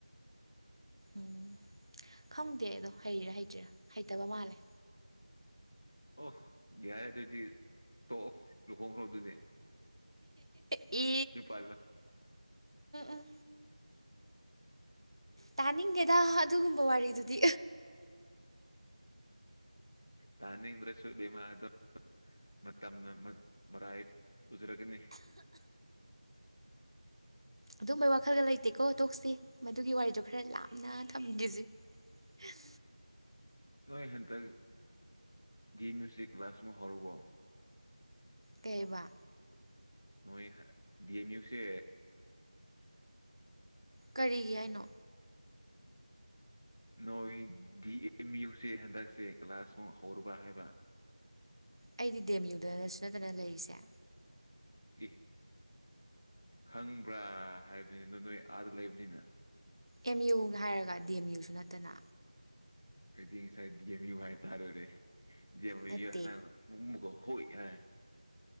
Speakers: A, on the right (about 45°); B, on the left (about 25°).
A: ꯎꯝ ꯈꯪꯗꯦ ꯑꯗꯣ ꯍꯩꯔꯥ ꯍꯩꯇ꯭ꯔꯤꯔꯥ ꯍꯩꯇꯕ ꯃꯥꯜꯂꯦ
B: ꯑꯣ ꯌꯥꯔꯦ ꯑꯗꯨꯗꯤ ꯇꯣꯛꯑꯣ ꯂꯨꯍꯣꯡꯈ꯭ꯔꯣ ꯑꯗꯨꯗꯤ
A: ꯏ
B: ꯨꯄꯥꯜꯂ
A: ꯎꯝ ꯇꯥꯅꯤꯡꯒꯦꯗ ꯑꯗꯨꯒꯨꯝꯕ ꯋꯥꯔꯤꯗꯨꯗꯤ
B: ꯇꯥꯖꯗ꯭ꯔꯦꯁꯨ ꯃ ꯑꯗꯨ ꯃꯇꯝꯅ ꯃꯔꯥꯏ ꯄꯨꯖꯔꯒꯅꯤ
A: ꯑꯗꯨꯝꯕꯩ ꯋꯥꯈꯜꯗ ꯂꯩꯇꯦꯀꯣ ꯇꯣꯛꯁꯤ ꯃꯗꯨꯒꯤ ꯋꯥꯔꯤꯗꯣ ꯈꯔ ꯂꯥꯞꯅ ꯊꯝꯈꯤꯁꯤꯦ ꯍꯝ
B: ꯅꯣꯏ ꯍꯟꯗꯛ ꯒꯤ ꯃ꯭ꯌꯨꯖꯤꯛ ꯀ꯭ꯂꯥꯁ ꯑꯃ ꯍꯧꯔꯨꯕꯣ
A: ꯀꯦꯕꯥ
B: ꯅꯣꯏ ꯗꯤꯑꯦꯝ ꯌꯨꯁꯦ
A: ꯀꯔꯤꯒꯤ ꯍꯥꯏꯅꯣ
B: ꯅꯣꯏ ꯗꯤ ꯑꯦꯝ ꯌꯨꯁꯦ ꯍꯟꯗꯛꯁꯦ ꯀ꯭ꯂꯥꯁꯃꯨꯛ ꯍꯧꯔꯨꯕ ꯍꯥꯏꯕ
A: ꯑꯩꯗꯤ ꯗꯦꯝ ꯌꯨꯗꯅꯁꯨ ꯅꯠꯇꯅ ꯂꯩꯔꯤꯁꯦ
B: ꯎ ꯈꯪꯕ꯭ꯔꯥ ꯍꯥꯏꯕꯅꯤꯅ ꯅꯣꯏ ꯑꯥꯗ ꯂꯩꯕꯅꯤꯅ
A: ꯑꯦꯝ ꯌꯨꯅ ꯍꯥꯏꯔꯒ ꯗꯤ ꯑꯦꯝ ꯌꯨꯁꯨ ꯅꯠꯇꯅ
B: ꯑꯗꯨꯗꯤ ꯉꯁꯥꯏ ꯗꯤ ꯑꯦꯝ ꯌꯨ ꯍꯥꯏꯇꯥꯥꯔꯨꯔꯦ ꯗꯤ ꯑꯦꯝ
A: ꯅꯠꯇꯦ
B: ꯃꯨꯛ ꯃꯨꯀꯣ ꯍꯣꯏ ꯑꯦ